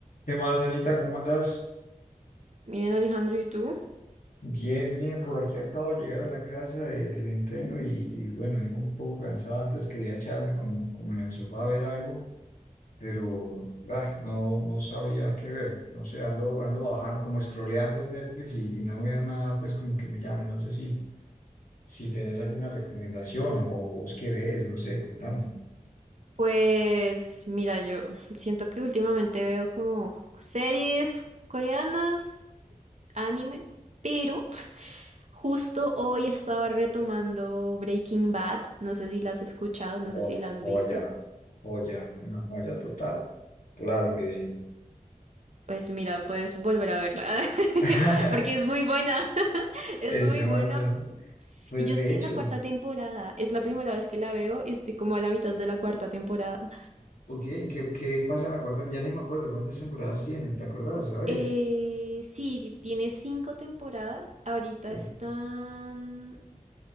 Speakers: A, on the left (about 70°); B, on the right (about 55°).
A: ¿Qué más, Anita? ¿Cómo andas?
B: Bien, Alejandro, ¿y tú?
A: Bien, bien, por aquí acabo de llegar a la casa de- del entreno y, y bueno, vengo un poco cansado, entonces quería echarme como, como en el sofá a ver algo, pero ah, no, no sabría qué ver, no sé, ando, ando bajando, como scrolleando en Netflix y, y no veo nada, pues como que me llame, no sé si, si tenés alguna recomendación o, o vos qué ves, no sé, contame.
B: Pues mira, yo siento que últimamente veo como series coreanas, anime, pero justo hoy estaba retomando Breaking Bad. No sé si la has escuchado, no sé
A: Oh,
B: si la has
A: joya,
B: visto.
A: joya, una joya total, claro que sí.
B: Pues mira, puedes volver a verla,
A: <laughs>
B: <laughs> porque es muy buena, <laughs> es
A: Ese
B: muy buena.
A: más veo. Pues
B: Y yo estoy
A: de hecho,
B: en la cuarta temporada, es la primera vez que la veo y estoy como a la mitad de la cuarta temporada.
A: ok, ¿qué, qué pasa en la cuarta? Ya ni me acuerdo cuántas temporadas tienen, ¿te acordás, sabes?
B: Eh, sí, sí, tiene cinco temporadas. Ahorita
A: Oh,
B: están...